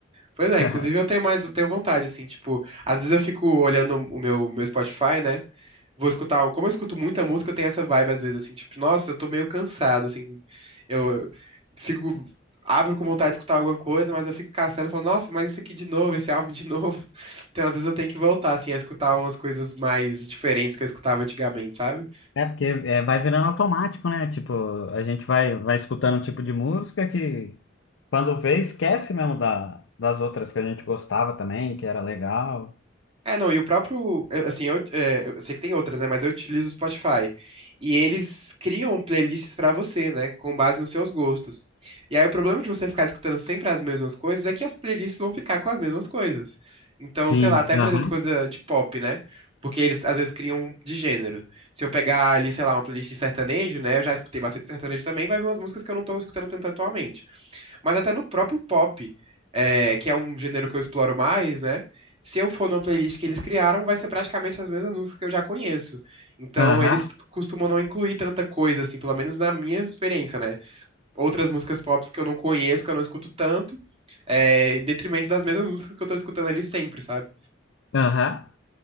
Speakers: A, on the right; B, on the left.
A: Pois
B: <laughs>
A: é, inclusive eu tenho mais, tenho vontade, assim, tipo, às vezes eu fico olhando o meu, meu Spotify, né? vou escutar, como eu escuto muita música, eu tenho essa vibe às vezes assim, tipo, nossa, eu tô meio cansado, assim. Eu eu fico abro com vontade de escutar alguma coisa, mas eu fico caçando, falo, nossa, mas isso aqui de novo, esse álbum de novo. <laughs> Então, às vezes eu tenho que voltar assim a escutar umas coisas mais diferentes que eu escutava antigamente, sabe?
B: É porque é, vai virando automático, né? Tipo, a gente vai, vai escutando um tipo de música que quando vê esquece mesmo da, das outras que a gente gostava também, que era legal.
A: É, não, e o próprio, eh, assim, eu, eh, eu sei que tem outras, né, mas eu utilizo o Spotify. E eles criam playlists pra você, né, com base nos seus gostos. E aí o problema de você ficar escutando sempre as mesmas coisas é que as playlists vão ficar com as mesmas coisas. Então,
B: Sim,
A: sei lá, até por
B: aham,
A: exemplo, coisa de pop, né? Porque eles às vezes criam de gênero. Se eu pegar ali, sei lá, uma playlist de sertanejo, né, eu já escutei bastante sertanejo também, vai vir umas músicas que eu não tô escutando tanto atualmente. Mas até no próprio pop, é, que é um gênero que eu exploro mais, né? Se eu for numa playlist que eles criaram, vai ser praticamente as mesmas músicas que eu já conheço. Então,
B: aham,
A: eles costumam não incluir tanta coisa, assim, pelo menos na minha experiência, né? Outras músicas pop que eu não conheço, que eu não escuto tanto, é, em detrimento das mesmas músicas que eu tô escutando ali sempre, sabe?
B: aham.